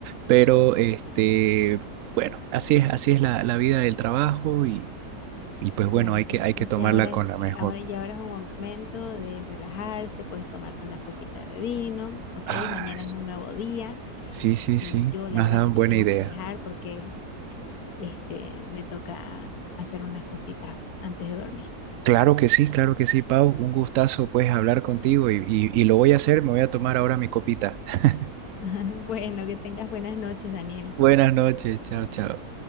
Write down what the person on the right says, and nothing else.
pero este, bueno, así es, así es la, la vida del trabajo y, y pues bueno,
hay que, hay que
tomarla
con
la mejor.
Ay,
Sí, sí,
sí,
me
has dado
buena
idea.
Claro que sí, claro que sí, Pau. Un gustazo, pues, hablar contigo y, y, y lo voy a hacer. Me voy a tomar ahora mi copita. <laughs>
Buenas noches, chao, chao.